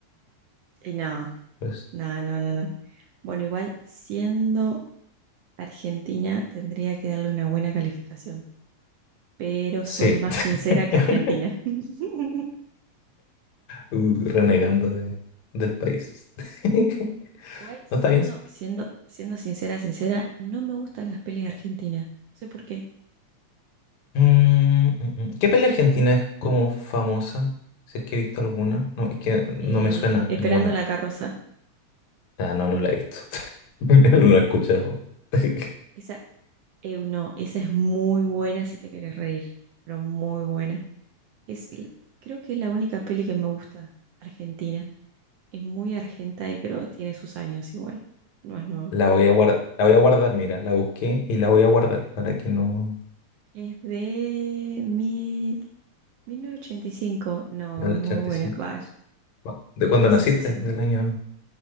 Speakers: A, on the right; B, on the left.
A: Y nada,
B: Pues
A: nada, nada, nada. Bueno, igual siendo Argentina tendría que darle una buena calificación, pero
B: sí.
A: soy más sincera que
B: <laughs>
A: Argentina. <laughs>
B: Uh, renegando de- del país. <laughs>
A: Igual, siendo,
B: No está bien, sí.
A: siendo, siendo sincera, sincera, no me gustan las pelis argentinas. No sé por qué.
B: Mm, mm, mm. ¿Qué peli argentina es como famosa? Si es que he visto alguna. No, es que no
A: Eh,
B: me suena
A: Esperando
B: ninguna.
A: la carroza.
B: Ah, no, no la he visto. <laughs> No la he escuchado. <laughs>
A: Esa, eh, no, esa es muy buena si te quieres reír, pero muy buena. Es, l- creo que es la única peli que me gusta, argentina. Es muy argenta y pero tiene sus años igual. No es nueva.
B: La voy a guardar, la voy a guardar, mira, la busqué y la voy a guardar para que no...
A: Es de 1985, no,
B: Del
A: es muy
B: 85.
A: buena, vaya,
B: Cu- ¿De
A: es
B: cuándo
A: graciosísima.
B: naciste? Del año...